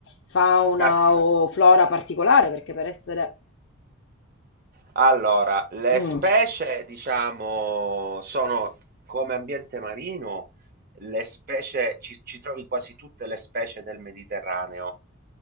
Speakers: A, on the left; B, on the right.
A: fauna
B: Part-
A: o flora particolare, perché per essere...
B: Allora, le
A: Mm,
B: specie, diciamo, sono come ambiente marino, le specie, ci, ci trovi quasi tutte le specie del Mediterraneo